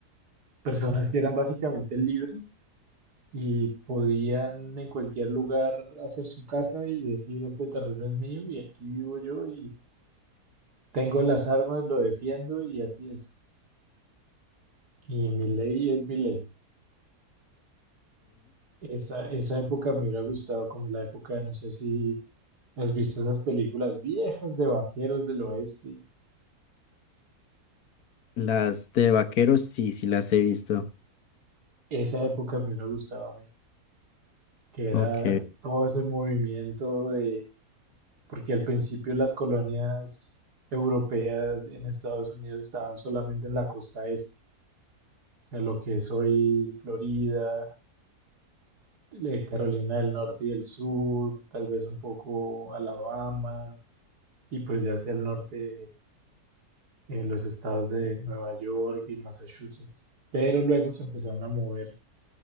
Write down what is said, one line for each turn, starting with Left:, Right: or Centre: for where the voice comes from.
Right: personas que eran básicamente libres y podían en cualquier lugar hacer su casa y decir, este terreno es mío y aquí vivo yo y tengo las armas, lo defiendo y así es. Y mi ley es mi ley. Esa, esa época me hubiera gustado como la época, no sé si has visto esas películas viejas de vaqueros del oeste
Left: Las de vaqueros, sí, sí las he visto.
Right: esa época me hubiera gustado a mí, que era
Left: Ok,
Right: todo ese movimiento de, porque al principio las colonias europeas en Estados Unidos estaban solamente en la costa este, o sea, lo que es hoy Florida, eh, Carolina del Norte y del Sur, tal vez un poco Alabama, y pues ya hacia el norte eh, los estados de Nueva York y Massachusetts. Pero luego se empezaron a mover